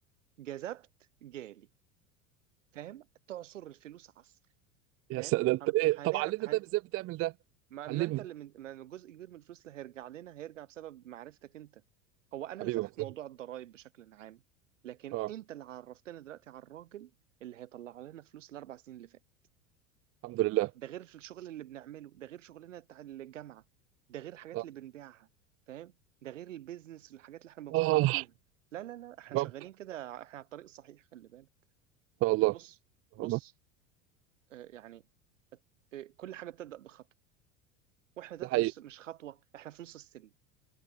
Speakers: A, on the right (about 85°); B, on the right (about 40°).
A: جذبت جالي فاهم تعصر الفلوس عصر
B: يا
A: فاهم
B: سلام ده انت
A: هن...
B: ايه
A: هنعمل
B: طب علمني
A: هن...
B: طيب ازاي بتعمل ده
A: ما إن
B: علمني
A: انت اللي من... ما جزء كبير من الفلوس اللي هيرجع لنا هيرجع بسبب معرفتك انت هو انا
B: حبيبي
A: اللي فتحت
B: يا محمود
A: موضوع الضرائب بشكل عام لكن
B: اه
A: انت اللي عرفتنا دلوقتي على الراجل اللي هيطلع لنا فلوس الاربع سنين اللي فاتت
B: الحمد لله
A: ده غير في الشغل اللي بنعمله ده غير شغلنا بتاع الجامعه ده غير الحاجات
B: اه
A: اللي بنبيعها فاهم ده غير البيزنس والحاجات اللي احنا بنفكر
B: آه،
A: فيها لا لا لا احنا
B: يا
A: شغالين
B: رب ان
A: كده احنا على الطريق الصحيح خلي بالك
B: شاء الله
A: بص
B: ان شاء
A: بص
B: الله
A: آه، يعني آه، كل حاجه بتبدا بخطوه واحنا دلوقتي
B: ده حقيقي
A: مش مش خطوه احنا في نص السلم